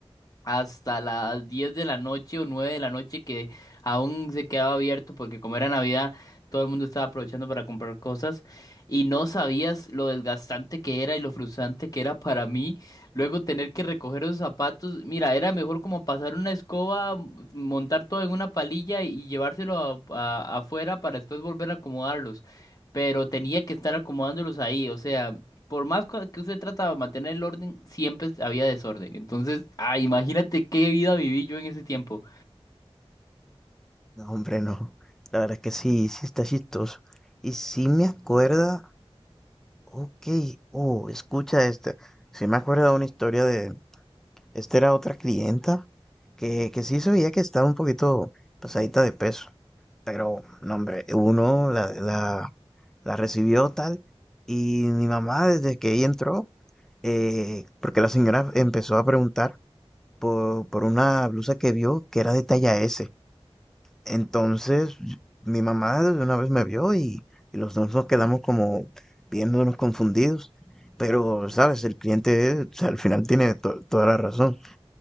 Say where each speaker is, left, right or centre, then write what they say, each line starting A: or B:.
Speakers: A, on the left; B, in the centre.
A: hasta las 10 de la noche o 9 de la noche que aún se quedaba abierto porque como era Navidad todo el mundo estaba aprovechando para comprar cosas y no sabías lo desgastante que era y lo frustrante que era para mí luego tener que recoger esos zapatos. Mira, era mejor como pasar una escoba, m- montar todo en una palilla y llevárselo a- a- afuera para después volver a acomodarlos. Pero tenía que estar acomodándolos ahí, o sea, por más co- que usted trata de mantener el orden, siempre había desorden. Entonces, ah, imagínate qué vida viví yo en ese tiempo.
B: No, hombre, no. La verdad es que sí, sí está chistoso. Y sí me acuerda, ok, oh, escucha este. Sí me acuerda de una historia de, Esta era otra clienta que, que sí se veía que estaba un poquito pasadita de peso, pero no, hombre, uno la, la, la recibió tal y mi mamá desde que ella entró, eh, porque la señora empezó a preguntar por, por una blusa que vio que era de talla S. Entonces mi mamá de una vez me vio y, y los dos nos quedamos como viéndonos confundidos, pero sabes, el cliente o sea, al final tiene to- toda la razón.